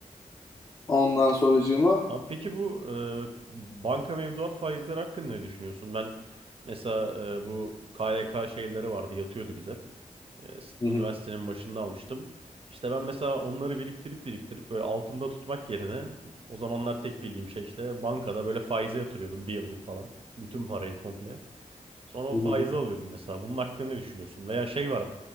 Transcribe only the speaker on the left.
Ondan sonracığıma
Hı
hı,
hı
hı,